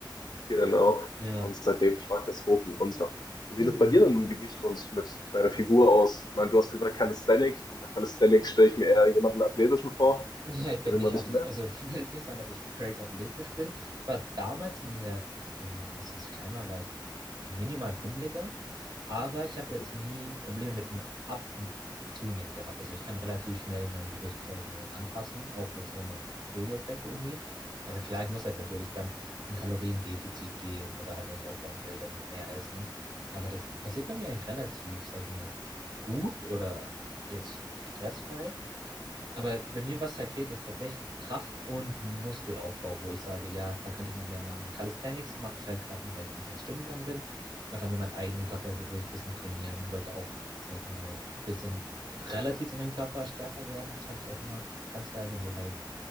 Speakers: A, on the left; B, on the right.
A: genau.
B: Ja.
A: Und seitdem schwankt es hoch und runter. Wie sieht
B: Mhm.
A: es bei
B: mhm.
A: dir denn mit dem Gewicht und mit deiner Figur aus? Ich meine, du hast gesagt Calisthenic. Unter Calisthenics stelle ich mir eher jemanden Athletischen vor.
B: Ja,
A: Erzähl
B: ich bin
A: mir
B: nicht
A: mal ein bisschen
B: Athlet,
A: mehr.
B: also <laughs> ich will nicht sagen, dass ich crazy athletisch bin. Ich war damals in der, in, also als ich klein war, war ich minimal pummeliger, aber ich habe
A: Mhm.
B: jetzt nie Probleme mit dem Ab- und Zunehmen gehabt. Also ich kann relativ schnell mein Gewicht, sag ich mal, anpassen, auch jetzt ohne Jojo-Effekt irgendwie. Aber klar, ich muss halt natürlich
A: Mhm.
B: dann ein Kaloriendefizit gehen oder halt, wenn ich aufbauen will, dann mehr essen. Aber das passiert bei mir eigentlich relativ, sag ich mal, gut oder jetzt stressfrei. Aber bei
A: Mhm.
B: mir, was halt fehlt, ist tatsächlich Kraft und Muskelaufbau, wo ich sage, ja, da könnte ich noch mehr machen. Calisthenics mache ich halt gerade nur, weil ich noch nicht ins Gym gegangen bin. Einfach mit meinem eigenen Körpergewicht ein bisschen trainieren, wollte auch, sag ich mal, ein bisschen relativ zu meinem Körper stärker werden. Das fand ich auch immer ganz geil, wenn du halt